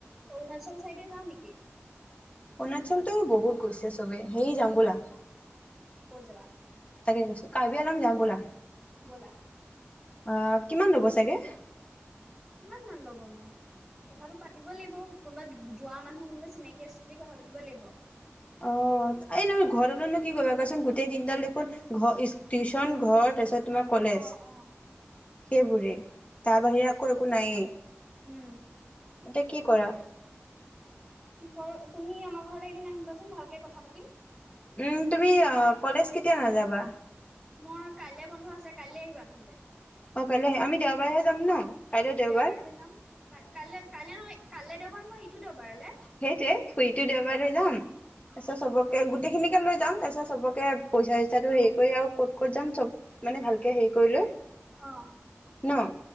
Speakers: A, in the centre; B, on the left.
A: অৰুণাচল চাইডে যাওঁ নেকি?
B: অৰুণাচলটো বহুত গৈছে চবেই হেয় যাম বলা
A: কত যাবা
B: তাকে কৈছো কাৰ্বি আংলং যাম বলা।
A: ব'লা
B: অ কিমান ল'ব চাগে। <unintelligible>
A: কিমান মান লবনো কথাাতটো পাতিব লাগিব কোনোবা যোৱা মানুহৰ কোনোবা চিনাকি আছে কথা পাতিব লাগিব।
B: অ এই ন ঘৰলৈনো কি কৰিবা কচোন গোটেই তিনিটাল দেখোন ঘৰ টিউশচন, ঘৰ তাৰপিছত তোমাৰ কলেজ
A: অ', অ'।
B: সেইবোৰে তাৰ বাহিৰে আকৌ একো নায়েই।
A: উম
B: এতিয়া কি কৰা
A: কি কৰা তুমি আমাৰ ঘৰলৈ এদিন আহিবাচোন ভালকে কথা পাতিম।
B: উম তুমি কলেজ কেতিয়া নাযাবা।
A: মোৰ কাইলৈ বন্ধ আছে কাইলৈ আহিবা নহলে।
B: অ কাইলৈ আহে আমি দেওবাৰেহে যাম ন। কাইলৈ দেওবাৰ
A: দেওবাৰহে যাম ক কাইলৈ কাইলৈ নহয় কাইলৈ দেওবাৰ নহয় ইটো দেওবাৰলে।
B: সেইটয়ে ফুুৰীতো দেওবাৰেলৈ
A: অ',
B: যাম তাৰপিছত
A: অ',
B: চবকে সেইখিনিকে লৈ যাম তাৰপিছত চবকে পইচা চইচাটো হেৰি কৰি আৰু ক'ত ক'ত যাম চব মানে ভালকৈ হেৰি কৰি লৈ
A: অ
B: ন